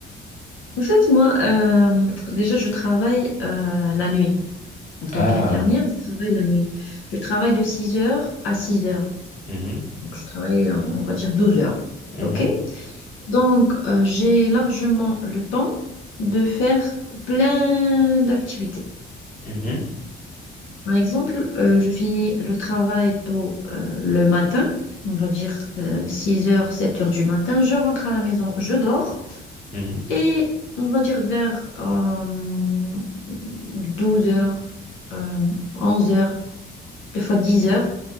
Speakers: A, on the left (about 80°); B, on the left (about 40°).
A: En fait, moi, euh, déjà, je travaille euh, la nuit. En tant
B: Ah,
A: qu'infirmière, je travaille la nuit. Je travaille de 6 heures à 6 heures.
B: mhm,
A: Donc, je travaille, on va dire, 12 heures.
B: mhm,
A: OK? Donc, euh, j'ai largement le temps de faire plein d'activités.
B: mhm,
A: Par exemple, euh, je finis le travail tôt euh, le matin, on va dire euh, 6 heures, 7 heures du matin. Je rentre à la maison, je dors.
B: mhm,
A: Et on va dire vers euh, 12 heures, euh, 11 heures, des fois 10 heures,